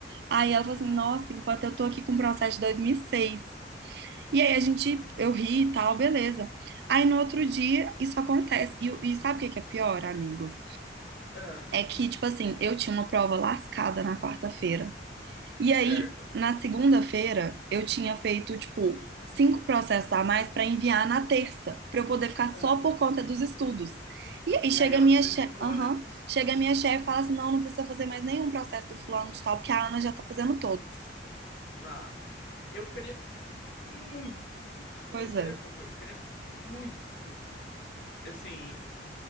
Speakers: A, on the right; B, on the left.
A: Aí ela falou assim, nossa, enquanto eu tô aqui com o processo de 2006. E seis. E aí a gente, eu ri e tal, beleza. Aí no outro dia, isso acontece. E, e sabe o que que é pior, amigo?
B: ah,
A: É que, tipo assim, eu tinha uma prova lascada na quarta-feira. E
B: certo.
A: aí, na segunda-feira, eu tinha feito, tipo, cinco processos a mais pra enviar na terça, pra eu poder ficar
B: Aham.
A: só por conta dos estudos. E aí
B: E
A: chega
B: aí ela
A: a minha
B: te prejudicou,
A: chefe, aham,
B: né?
A: chega a minha chefe e fala assim, não, não precisa fazer mais nenhum processo do fulano de tal, porque a Ana já tá fazendo todos.
B: Nossa. Eu ficaria muito puto.
A: Pois
B: Eu não ficaria
A: é.
B: pouco, eu ficaria muito puto. Assim,